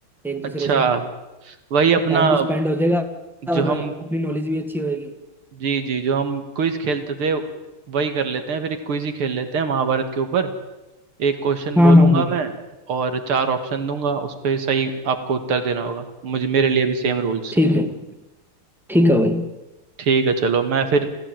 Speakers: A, in the centre; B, on the right.
A: एक दूसरे
B: अच्छा
A: से
B: वही अपना
A: टाइम भी स्पेंड हो जाएगा
B: जो
A: और
B: हम
A: अपनी नॉलेज भी अच्छी होगी
B: जी जी जो हम क्विज खेलते थे वही कर लेते हैं फिर एक क्विज ही खेल लेते हैं महाभारत के ऊपर एक क्वेश्चन
A: हाँ
B: बोलूंगा
A: हाँ हाँ
B: मैं और चार ऑप्शन दूंगा उस पे सही आपको उत्तर देना होगा मुझे मेरे लिए भी सेम रूल्स
A: ठीक है ठीक है भाई
B: ठीक है चलो मैं फिर